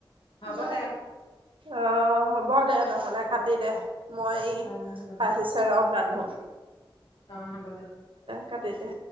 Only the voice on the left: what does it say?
হ'ব
দে
অ
অ হ'ব দে
অ' হ'ব দে।